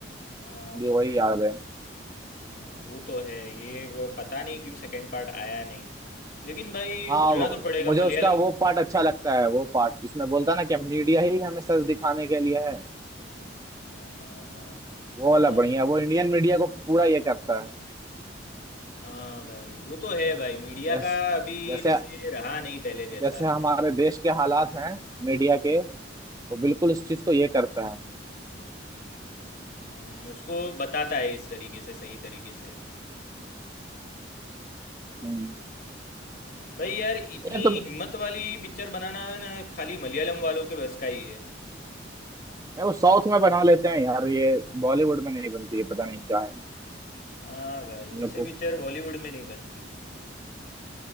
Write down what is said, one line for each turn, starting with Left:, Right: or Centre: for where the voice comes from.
Left: हाँ
Right: मुझे
Left: भाई
Right: वही याद है
Left: हाँ वो तो है ये वो पता नहीं क्यों सेकंड पार्ट आया नहीं लेकिन भाई ये
Right: हाँ
Left: बोलना
Right: वो-
Left: तो पड़ेगा
Right: मुझे
Left: मलयालम
Right: उसका वो
Left: हम्म?
Right: पार्ट अच्छा लगता है वो पार्ट जिसमें बोलता है ना कि मीडिया ही हमें सच दिखाने के लिए है
Left: हाँ हाँ
Right: वो वाला
Left: हाँ
Right: बढ़िया
Left: भाई
Right: है वो इंडियन मीडिया को पूरा ये करता है
Left: हाँ भाई वो तो है भाई मीडिया
Right: जैस,
Left: का अभी
Right: जैसे
Left: ऐसे रहा नहीं पहले जैसा
Right: जैसे हमारे देश के हालात हैं मीडिया के वो बिल्कुल इस चीज को ये करता है
Left: हम्म, उसको बताता है इस तरीके से सही तरीके से
Right: हम्म।
Left: भाई यार इतनी
Right: ये तो
Left: हिम्मत वाली पिक्चर बनाना ना खाली मलयालम वालों के बस का ही है
Right: ये वो साउथ में बना लेते हैं यार ये बॉलीवुड में नहीं बनती है पता नहीं क्या है
Left: हाँ भाई
Right: इन
Left: ऐसे
Right: लोग को
Left: पिक्चर बॉलीवुड में नहीं बनती